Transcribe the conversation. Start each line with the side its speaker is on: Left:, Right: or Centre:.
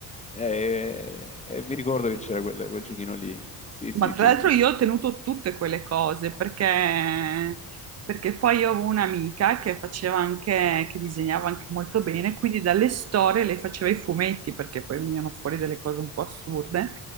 Left: eh, eh, mi ricordo che c'era quel, quel giochino lì, sì,
Right: Ma
Left: sì,
Right: tra
Left: sì,
Right: l'altro
Left: sì,
Right: io ho tenuto tutte quelle cose perché, perché poi io avevo un'amica che faceva anche, che disegnava anche molto bene, quindi dalle storie lei faceva i fumetti perché poi venivano fuori delle cose un po' assurde